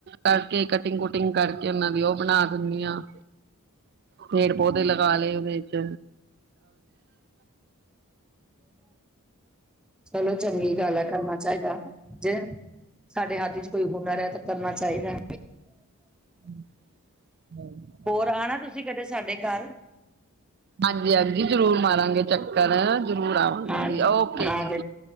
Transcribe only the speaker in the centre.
ਚਲੋ ਚੰਗੀ ਗੱਲ ਆ ਕਰਨਾ ਚਾਹੀਦਾ ਜੇ ਸਾਡੇ ਹੱਥ ਚ ਕੋਈ ਹੁਨਰ ਹੈ ਤਾਂ ਕਰਨਾ ਚਾਹੀਦਾ
ਹੋਰ ਆਉਣਾ ਤੁਸੀਂ ਕਦੇ ਸਾਡੇ ਘਰ
ਹਾਂਜੀ
ਹਾਂ